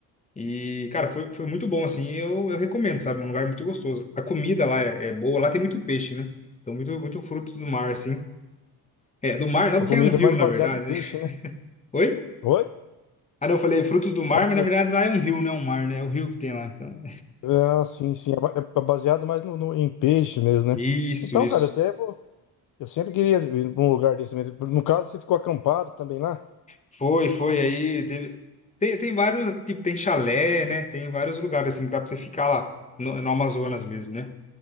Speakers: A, on the left; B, on the left.
A: e, cara, foi, foi muito bom, assim. Eu, eu recomendo, sabe? É um lugar muito gostoso. A comida lá é, é boa, lá tem muito peixe, né? Então, muito, muito frutos do mar, assim. É, do mar não,
B: A
A: porque
B: comida
A: é um rio,
B: é mais
A: na
B: baseada
A: verdade,
B: em peixe,
A: né?
B: né?
A: <laughs> Oi?
B: Oi?
A: Ah, não, eu falei frutos do mar,
B: Pode
A: mas na
B: ser.
A: verdade lá é um rio, não é um mar, né? É o rio que tem lá, então.
B: Ah, sim, sim. É ba- é é baseado mais no, no- em peixe mesmo, né?
A: Isso,
B: Então,
A: isso.
B: cara, eu até vou- eu sempre queria ir pra um lugar desse mesmo. No caso, você ficou acampado também lá?
A: Foi, foi aí. teve- Tem, tem vários, tipo, tem chalé, né? Tem vários lugares assim que dá pra você ficar lá, no, no Amazonas mesmo, né?